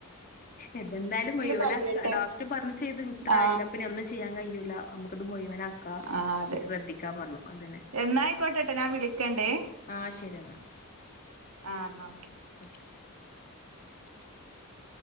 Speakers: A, on the left; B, on the right.
A: എതെന്തായാലും മുയിവനാക്കാ
B: കഴിയട്ടെ
A: ഡോക്ടർ പറഞ്ഞും ചെയ്ത് ഇത്ര
B: ആ
A: ആയില്ലേ അപ്പനി ഒന്നും ചെയ്യാൻ കയ്യൂല മുഴവനാക്ക
B: ആ അതെ
A: ശ്രദ്ധിക്കാൻ പറഞ്ഞു അതെന്നെ
B: എന്നായിക്കോട്ടെട്ടോ ഞാൻ വിളിക്കണ്ടേ
A: ആ ശരി എന്നാൽ
B: ആ എന്നാ ഓക്കെ
A: ഓക്കെ ആ <inaudible>